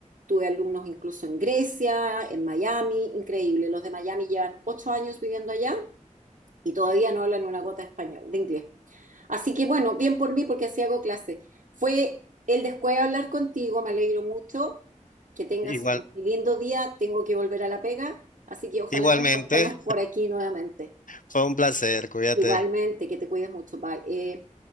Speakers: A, on the right (about 70°); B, on the left (about 75°).
A: tuve alumnos incluso en Grecia, en Miami, increíble. Los de Miami llevan ocho años viviendo allá y todavía no hablan una gota de español, de inglés. Así que bueno, bien por mí porque así hago clases. Fue el después de hablar contigo, me alegro mucho. Que tengas
B: igual,
A: un lindo día, tengo que volver a la pega, así que ojalá
B: igualmente
A: nos encontremos por aquí nuevamente.
B: fue un placer, cuídate.
A: Igualmente, que te cuides mucho, bye. Eh,